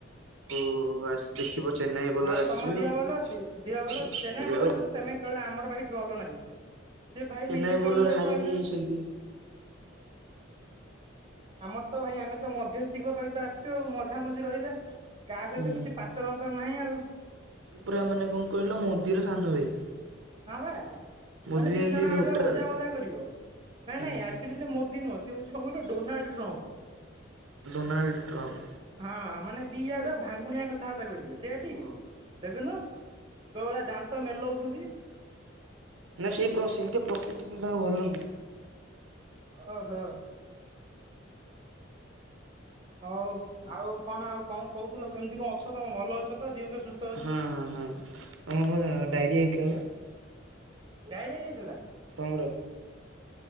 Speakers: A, on the right; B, on the right.
A: ଆଉ ଆସ ଦେଖିବ ଚେନ୍ନାଇ ବୋଲର
B: ଆଉ ତମ
A: ଆସିବେ
B: ଦିହ
A: ଆଉ
B: ଭଲ ଅଛି ଦିହ ଭଲ ଅଛି ଚେନ୍ନାଇ
A: ଦେହ
B: ଭଲ ଅଛ ତ ତମେ ଖେଳ ଆମର ଭାଇ ଦେହ ଭଲ ନାହିଁ ସେ ଭାଇ
A: ଚେନ୍ନାଇ
B: ନିଜେ
A: ବୋଲର
B: ଖେଳୁଆକୁ
A: ହାରିକି
B: ଆଇଛନ୍ତି।
A: ଯାଇଛନ୍ତି
B: ଆମର ତ ଭାଇ ଆମେ ତ ମଧ୍ୟସ୍ତିଙ୍କ ସହିତ ଆସିଛୁ ଆଉ ମଝାମଝି ରହିବେ। କାହା ସହିତ
A: ହୁଁ।
B: କିଛି ପାତର ଅନ୍ତର ନାହିଁ ଆଉ।
A: ସେ ପୁରା ମାନେ କଁ କହିଲ ମୋଦିର ସାନ ଭାଇ।
B: ହଁ ବା
A: ମୋଦି
B: ମାନେ
A: ଯେମିତି
B: ଦି ଜଣ
A: ନ୍ୟୁଟ୍ରାଲ
B: ଆଡୁଆ ବୁଝା ମୁଝା କରିବ। ନାଇଁ
A: ହୁଁ।
B: ନାଇଁ ଆକ୍ଚୁଆଲି ସେ ମୋଦ ନୁହଁ ସେ ହଉଛି କଁ କହିଲ ଡୋନଲ୍ଡ ଟ୍ରମ୍ପ।
A: Donald Trump.
B: ହଁ ମାନେ ଦିଆଡୁଆ ଭାଙ୍ଗୁଣିଆ କଥାବାର୍ତ୍ତା କରିବେ ସେଇଆ ଟି।
A: ହଁ
B: ଦେଖୁନୁ କୋଉ ଭଳିଆ ଦାନ୍ତ ମେଲଉଛନ୍ତି।
A: ନା ସେଇ ପ୍ର ସେମତିଆ ପ୍ରକୃତି ପିଲା ଭଲ ନୁହୁନ୍ତି।
B: ଓ ହୋ। ହଉ ଆଉ କଣ ଆଉ କଁ କହୁଥିଲ କେମିତି କଁ ଅଛ ତମ ଭଲ ଅଛ ତ ଧିଅ ଫିଅ ସୁସ୍
A: ହଁ ହଁ ହଁ ତମର କଁ ଡାଇରିଆ ହେଇଥିଲା ବା।
B: ଡାଇରିଆ ହେଇ ଯାଇଥିଲା।
A: ତମର।